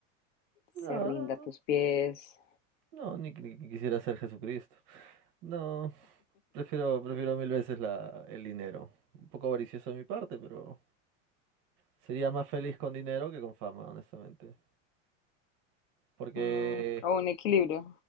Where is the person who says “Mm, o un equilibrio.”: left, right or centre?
Left